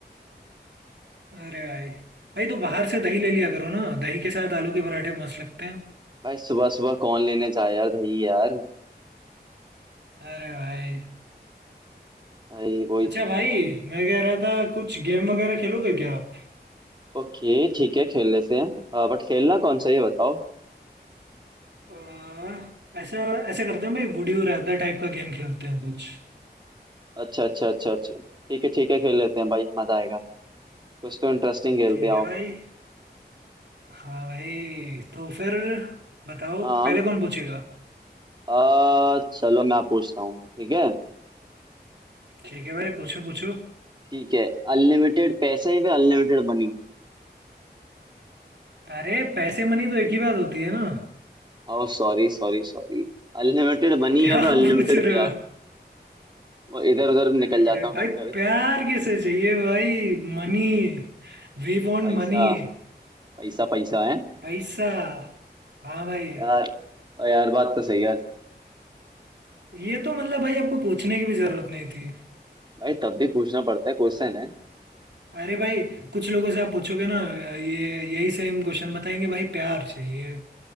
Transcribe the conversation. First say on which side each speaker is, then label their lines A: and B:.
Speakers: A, on the right; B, on the right.
A: अरे भाई भाई तो बाहर से दही ले लिया करो ना दही के साथ आलू के पराठे मस्त लगते हैं
B: भाई सुबह सुबह कौन लेने जाए यार दही यार
A: अरे भाई
B: भाई वही
A: अच्छा
B: तो यार
A: भाई मैं कह रहा था कुछ गेम वगैरह खेलोगे क्या आप
B: ओके ठीक है खेल लेते हैं बट खेलना कौन सा ये बताओ
A: आ, ऐसा ऐसा करते हैं भाई वुड यू रैदर टाइप का गेम खेलते हैं कुछ
B: अच्छा अच्छा अच्छा अच्छा ठीक है ठीक है खेल लेते हैं भाई मजा आएगा कुछ तो इंटरेस्टिंग खेलते
A: ठीक
B: हैं
A: है
B: आओ
A: भाई हाँ भाई तो फिर बताओ
B: हाँ
A: पहले कौन पूछेगा
B: अ, चलो मैं पूछता हूँ ठीक है
A: ठीक है भाई पूछो पूछो
B: ठीक है अनलिमिटेड पैसा है फिर unlimited money
A: अरे पैसे मनी तो एक ही बात होती है ना
B: Oh sorry sorry sorry Unlimited
A: <laughs>
B: money
A: क्या
B: या फिर अनलिमिटेड
A: पूछ रहे
B: प्यार
A: हो
B: वो इधर उधर निकल
A: अनलिमिटेड
B: जाता हूँ
A: भाई
B: कभी कभी
A: प्यार किसे चाहिए भाई मनी We want
B: पैसा
A: money
B: पैसा पैसा है
A: पैसा हाँ भाई
B: यार और यार बात तो सही है यार
A: ये तो मतलब भाई आपको पूछने की भी जरूरत नहीं थी
B: भाई तब भी पूछना पड़ता है क्वेश्चन है
A: अरे भाई कुछ लोगों से आप पूछोगे ना ये यही सेम क्वेश्चन बताएंगे भाई प्यार चाहिए